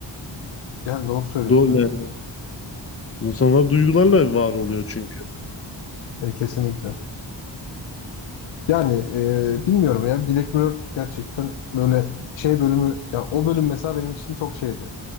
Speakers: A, on the left; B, on the left.
A: Yani doğru söylüyorsun.
B: Do yani insanlar duygularla var oluyor çünkü.
A: evet. E, kesinlikle. Yani e, bilmiyorum ya Black Mirror gerçekten böyle şey bölümü ya o bölüm mesela benim için çok şeydi.